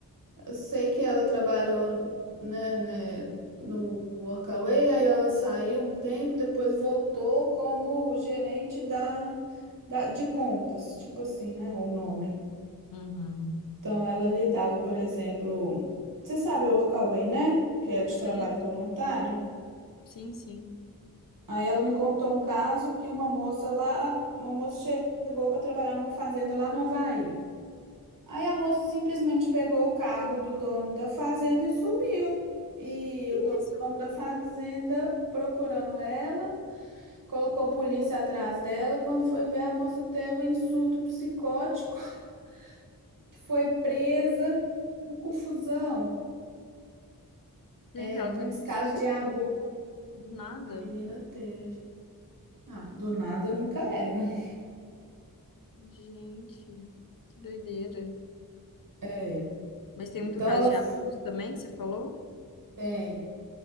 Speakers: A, on the right; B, on the left.
A: Eu sei que ela trabalhou, né, né, no Workaway, aí ela saiu um tempo, depois voltou como gerente da, da, de contas, tipo assim, né, o nome.
B: Uhum.
A: Então, ela lidava, por exemplo, você sabe o Workaway, né? Que é de
B: Sei,
A: trabalho
B: sei.
A: voluntário.
B: sim, sim.
A: Aí ela me contou um caso que uma moça lá, uma moça chegou para trabalhar numa fazenda lá no Havaí. Aí a moça simplesmente pegou o carro do dono da fazenda e sumiu. E
B: Que
A: o dono
B: Isso.
A: da fazenda procurando ela, colocou a polícia atrás dela. Quando foi ver, a moça teve um surto psicótico, <laughs> foi presa, uma confusão.
B: Gente,
A: É,
B: ela
A: muitos
B: teve um
A: casos
B: surto
A: de abuso
B: do nada.
A: a menina teve. Ah, do nada nunca é, né?
B: Gente, que doideira.
A: É.
B: Mas tem
A: Então
B: muito caso
A: ela
B: de
A: f-
B: abuso também que você falou?
A: tem.